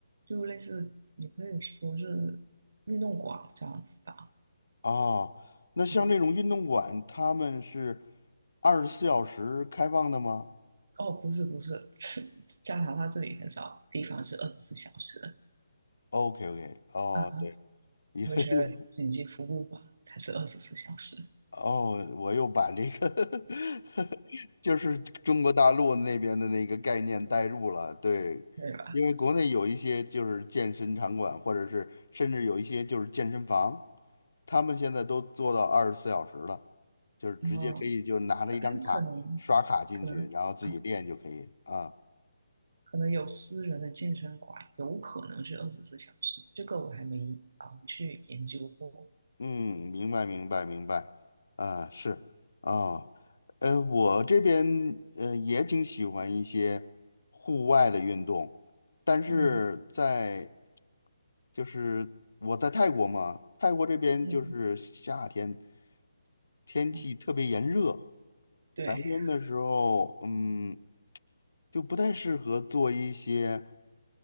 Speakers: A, on the right; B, on the left.
A: 就类似你可以说是运动馆这样子吧。
B: 哦，那像这种运动馆，
A: 嗯，
B: 他们是二十四小时开放的吗
A: 哦，不是不是，<laughs> 加拿大这里很少地方是二十四小时的
B: ？OK OK，哦，
A: 啊，
B: 对，<laughs>
A: 我觉得紧急服务吧才是二十四小时，
B: 哦，我又把这个 <laughs> 就是中国大陆那边的那个概念带入了，对，
A: 对吧？
B: 因为国内有一些就是健身场馆，或者是甚至有一些就是健身房，他们现在都做到二十四小时了，就是直接可以就拿着一张卡刷卡进去，
A: 嗯，哎，可能可能是啊，
B: 然后自己练就可以啊。
A: 可能有私人的健身馆，有可能是二十四小时，这个我还没啊、去研究过。
B: 嗯，明白明白明白，啊是啊，呃，我这边呃也挺喜欢一些户外的运动，但是在
A: 嗯
B: 就是我在泰国嘛，泰国这边就是夏天
A: 嗯，
B: 天气特别炎热，
A: 哦，对，
B: 白天的时候，嗯，就不太适合做一些